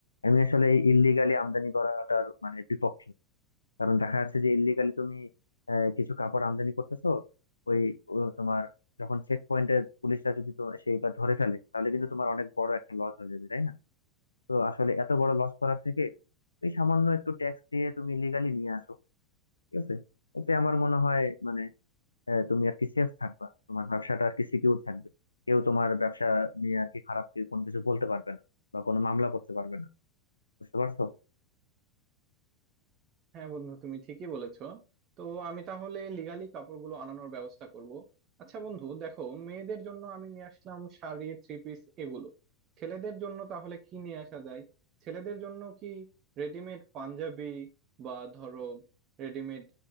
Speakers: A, on the left; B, on the right.
A: আমি আসলে এই ইললিগালি আমদানি করাটার মানে বিপক্ষে কারণ দেখা যাচ্ছে যে ইল্লিগালি তুমি আহ, কিছু কাপড় আমদানি করতেছো ওই ও তোমার যখন চেক পয়েন্টে পুলিশরা যদি তো সেইটা ধরে ফেলে তাহলে কিন্তু তোমার অনেক বড় একটা লস হয়ে যাবে তাই না তো আসলে এত বড় লস করার থেকে এই সামান্য একটু ট্যাক্স দিয়ে তুমি লিগালি নিয়ে আসো ঠিক আছে এতে আমার মনে হয় মানে আহ, তুমি আর কি সেফ থাকবা তোমার ব্যবসাটা আর কি সিকিউর থাকবে কেউ তোমার ব্যবসা নিয়ে আর কি খারাপ কি- কোনো কিছু বলতে পারবে না বা কোনো মামলা করতে পারবে না বুঝতে পারছো
B: হ্যাঁ বন্ধু তুমি ঠিকই বলেছো তো আমি তাহলে লিগালি কাপড়গুলো আনানোর ব্যবস্থা করব আচ্ছা বন্ধু দেখো মেয়েদের জন্য আমি নিয়ে আসলাম শাড়ি থ্রি পিস এগুলো ছেলেদের জন্য তাহলে কি নিয়ে আসা যায় ছেলেদের জন্য কি রেডিমেড পাঞ্জাবি বা ধরো রেডিমেড